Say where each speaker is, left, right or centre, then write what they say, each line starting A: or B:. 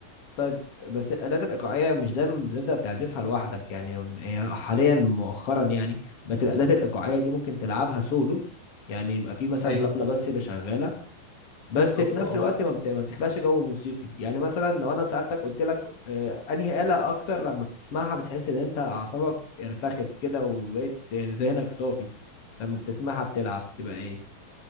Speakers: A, on the left; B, on the left.
A: طيب بس الآلات الإيقاعية مش دايما بتقدر تعزفها لوحدك يعني هي حاليا مؤخرا يعني بقت الآلات الإيقاعية دي ممكن تلعبها سولو يعني يبقى في مثلا
B: ايوه
A: طبلة بس اللي شغالة بس
B: بالظبط
A: في نفس
B: اه
A: الوقت ما بت- ما بتخلقش جو موسيقي يعني مثلا لو أنا سألتك قلت لك آه، أنهي آلة أكتر لما بتسمعها بتحس إن أنت أعصابك ارتخت كده وبقيت ذهنك صافي لما بتسمعها بتلعب تبقى إيه؟